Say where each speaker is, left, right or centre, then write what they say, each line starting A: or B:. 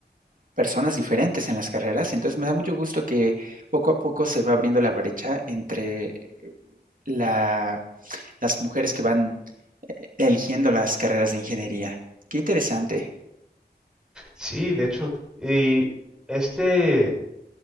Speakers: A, on the right; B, in the centre.
A: personas diferentes en las carreras. Entonces me da mucho gusto que poco a poco se va abriendo la brecha entre la, las mujeres que van eh, eligiendo las carreras de ingeniería. Qué interesante.
B: Sí, de hecho, y este,